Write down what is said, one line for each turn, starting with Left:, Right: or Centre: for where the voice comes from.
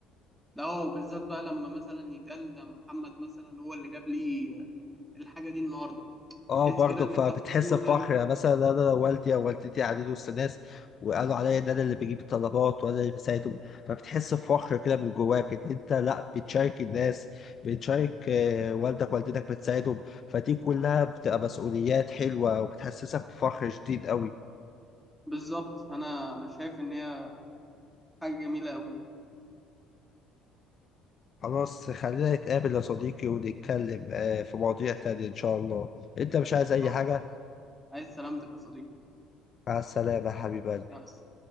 Centre: لا اه بالذات بقى لما مثلا يتقال ده محمد مثلا هو اللي جاب لي الحاجه دي النهارده
Left: اه
Centre: تحس
Left: برضك
Centre: كده ان
Left: فبتحس
Centre: انت فخور
Left: بفخر
Centre: قوي
Left: يعني مثلا انا لو والدي او والدتي قاعدين وسط ناس وقالوا عليا ان انا اللي بجيب الطلبات وانا اللي بساعدهم فبتحس بفخر كده من جواك ان انت لا بتشارك الناس بتشارك آه، والدك والدتك بتساعدهم فدي كلها بتبقى مسؤوليات حلوة وبتحسسك بفخر شديد قوي
Centre: بالظبط انا انا شايف ان هي حاجه جميله قوي ان
Left: خلاص خلينا نتقابل يا صديقي ونتكلم آه، في مواضيع تانية ان شاء الله انت مش عايز
Centre: شاء
Left: اي حاجة
Centre: الله عايز سلامتك يا صديقي
Left: مع السلامة يا حبيبي
Centre: مع السلامة.